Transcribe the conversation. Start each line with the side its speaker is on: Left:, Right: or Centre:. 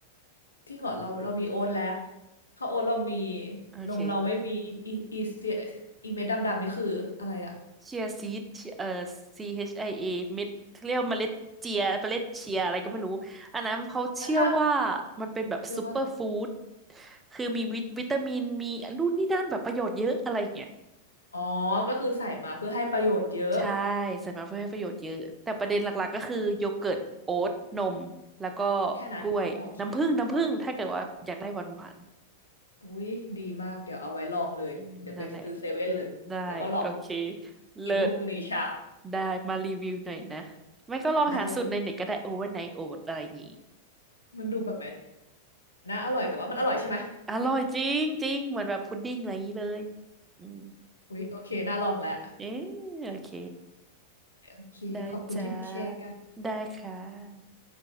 Left: ที่เหรอเราเรามีโอ๊ตแล้วข้าวโอ๊ตเรามี
Right: โอเค
Left: นมเราไม่มีอีอีเสียอีเม็ดดำๆนี่คืออะไรอะ
Right: เชียซีดเอ่อ CHIA เอชไอเอเม็ดเรียกว่าเมล็ดเจีย เมล็ดเชียอะไรก็ไม่รู้ อันนั้นเขาเชื่อว่า
Left: อ่ะถ้า
Right: มันเป็นแบบซูเปอร์ฟู้ด
Left: เชื่อว่าอะไร
Right: คือมีวิตวิตามิน มีนู่นนี่นั่นแบบประโยชน์เยอะอะไรอย่างเงี้ย
Left: อ๋อก็คือใส่มาเพื่อให้ประโยชน์เยอะ
Right: ใช่ใส่มาเพื่อให้ประโยชน์เยอะ แต่ประเด็นหลักๆก็คือโยเกิร์ต โอ๊ตนม แล้วก็
Left: แค่นั้นก็พอใช่ไหมกับผล
Right: กล้วย น้ำผึ้งน้ำผึ้งถ้าเกิดว่าอยากได้หวาน
Left: อุ้ยดีมากเดี๋ยวเอาไว้ลองเลยเดี๋ยวไปซื้อเซเว่นเลยแล้วก็ลองคืนนี้
Right: ๆอืมนั่นแหละ ได้โอเคเลิศ
Left: กินพรุ่งนี้เช้า
Right: ได้มารีวิวหน่อยนะไม่ก็ลองหาสูตรในเน็ตก็ได้โอเวอร์ไนท์โอ๊ตอะไรอย่างงี้
Left: ได้เลยมันดูแบบมันน่าอร่อยแต่ว่ามันอร่อยใช่ไหม
Right: อร่อยจริงจริงเหมือนแบบพุดดิ้งอะไรอย่างนี้เลยอืม
Left: อุ๊ยโอเคน่าลองแล้ว
Right: เอ๊ะโอเค
Left: โอเคขอบคุณที่มาแชร์กัน
Right: ได้จ้าได้ค่ะ